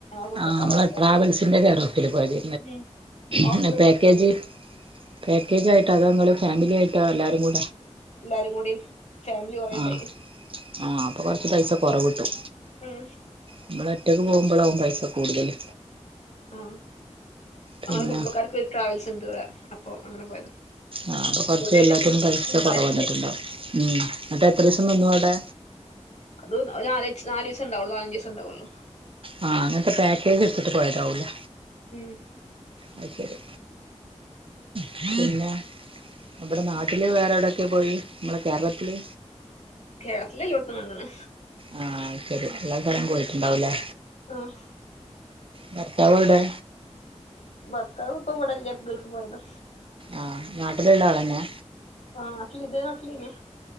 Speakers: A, on the left (about 70°); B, on the right (about 50°).
A: കുടുംബക്കാരാ
B: ആഹ് നമ്മളെ
A: അപ്പൊ
B: ട്രാവൽസിന്റെ
A: അങ്ങനെ
B: കെയറോഫില് പോയാത്
A: ഉം ഓഫർ
B: ല്ലേ
A: കിട്ടിയപ്പോ
B: പാക്കേജ്
A: അതിന്
B: പാക്കേജയിട്ട് അതാ ഇങ്ങള് ഫാമിലി ആയിട്ടോ എല്ലാരും കു
A: എല്ലാരും കൂടി ഫാമിലി കൊറേണ്ടായിന്
B: ആഹ് ആഹ് അപ്പോൾ കുറച്ച് പൈസ കുറവ് കിട്ടും
A: ഉം
B: നമ്മള് ഒറ്റക്ക് പോകുമ്പോളാവും പൈസ കൂടുതല്
A: ആ
B: പിന്നെ
A: അങ്ങെ കുടുംബക്കാർക്ക്രു ട്രാവൽസ് ഉണ്ട് ഇവിടെ അപ്പൊ അങ്ങനെ പോയതാ
B: ആഹ് അപ്പ കുറച്ച്
A: ഓര്
B: എല്ലാത്തിനും പൈസ
A: ഉണ്ടാവല്ണ്ട്
B: കുറവ് വന്നിട്ടുണ്ടാവും ഉം എന്നാട്ട് എത്ര ദിവസം നിന്നു അവിടെ
A: അത് നാല നാല് ദിവസം ഉണ്ടാവുള്ളൂ നാലഞ്ച് ദിവസം ഉണ്ടാവുള്ളു
B: ആ അങ്ങനത്തെ പാക്കേജ് എടുത്തിട്ട് പോയതാവൂലെ
A: ഉം
B: അ ശരി പിന്ന അവിടെ നാട്ടില് വേറെ എവിടെൊക്കെ പോയി നമ്മളെ കേരളത്തില്
A: കേരളത്തില് എല്ലോട്ത്തും കണ്ട്ണ്
B: ആഹ് അത് ശരി എല്ലാ സ്ഥലം പോയിട്ടുണ്ടാവൂല്ലേ
A: ആഹ
B: ഭർത്താവ് എവുടെ
A: ഭർത്താവ് ഇപ്പൊ ഇവിടെ ഇല്ല ഗൾഫ് പോയതാ
B: ആഹ നാട്ടില് ഉള്ള ആളന്നെ
A: ആഹ നാട്ടിൽ ഇതെരെ നാട്ടിലെനി